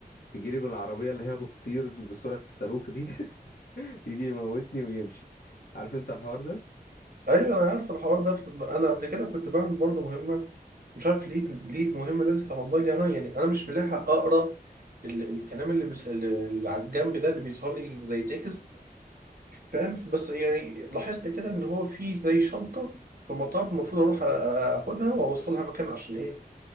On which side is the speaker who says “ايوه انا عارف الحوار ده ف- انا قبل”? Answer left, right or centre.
Right